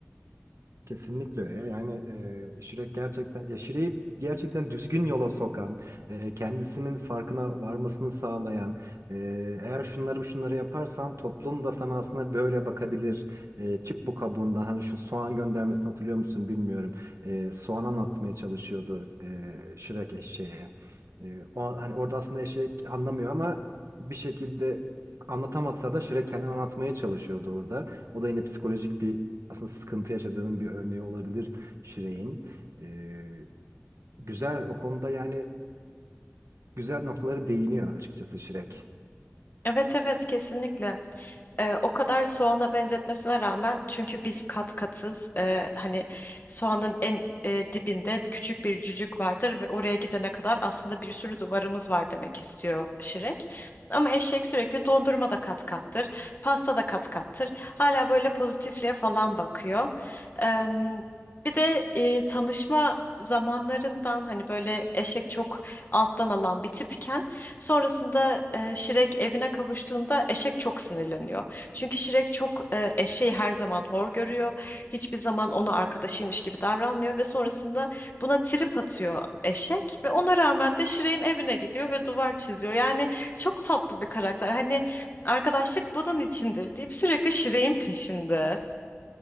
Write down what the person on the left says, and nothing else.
Evet evet kesinlikle. Ee, o kadar soğana benzetmesine rağmen çünkü biz kat katız Ee, hani soğanın en e, dibinde küçük bir cücük vardır ve oraya gidene kadar aslında bir sürü duvarımız var demek istiyor Şirek. Ama eşek sürekli dondurma da kat kattır, pasta da kat kattır. Hala böyle pozitifliğe falan bakıyor. Ee, bir de e, tanışma zamanlarından hani böyle eşek çok alttan alan bir tipken Sonrasında e, Şirek evine kavuştuğunda eşek çok sinirleniyor. Çünkü Şirek çok e, eşeği her zaman hor görüyor. Hiçbir zaman ona arkadaşıymış gibi davranmıyor ve sonrasında buna trip atıyor eşek ve ona rağmen de Şirek'in evine gidiyor ve duvar çiziyor. Yani çok tatlı bir karakter. Hani arkadaşlık bunun içindir deyip sürekli Şirek'in peşinde.